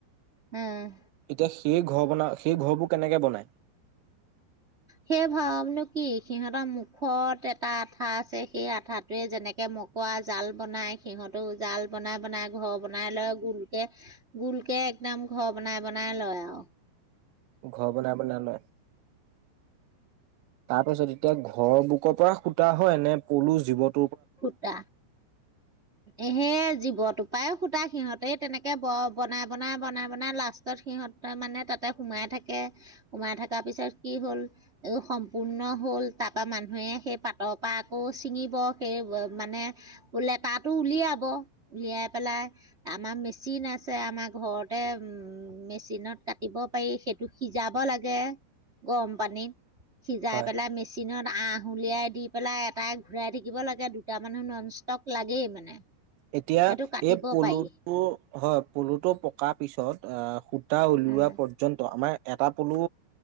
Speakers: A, on the right; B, on the right.
A: উম।
B: এতিয়া সেই ঘৰ বনা সেই ঘৰবোৰ কেনেকে বনায়?
A: সেই ভাৱনো কি সিহঁতৰ মুখত এটা আঠা আছে সেই আঠাটোৱে যেনেকে মকৰা জাল বনাই সিহঁতো জাল বনাই বনাই ঘৰ বনাই লয় গোলকে গোলকে একদম ঘৰ বনাই বনাই লয় আৱ।
B: ঘৰ বনাই বনাই লয়। তাৰপিছত এতিয়া ঘৰৰ বুকৰ পৰা সূতা হয় নে পলু জীৱত
A: সূতা, এহে জীৱতো পায়ো সূতা সিহঁতেই তেনেকে ব বনাই বনাই বনাই বনাই লাষ্টত সিহঁত মানে তাতে সোমাই থাকে সোমাই থকাৰ পিছত কি হ'ল এই সম্পূৰ্ণ হ'ল তাপা মানুহে সেই পাতৰ পা আকৌ ছিঙিব সেই মানে উ লেতাটো উলিয়াব উলিয়াই পেলাই আমা মেচিন আছে আমা ঘৰতে উম মেচিনত কাটিব পাৰি সেইটো সিজাব লাগে গৰম পানীত। সিজাই
B: হয়।
A: পেলাই মেচিনত। আহ উলিয়াই দি পেলাই এটাই ঘূৰাই দি দিব লাগে দুটা মানুহ নন ষ্টপ লাগেই মানে।
B: এতিয়া
A: সেইটো কাটিব
B: এই পলুটো
A: পাৰি।
B: হয় পলুটো পকাৰ পিছত আহ সূতা উলিওৱা
A: উম।
B: পৰ্যন্ত আমাৰ এটা পলু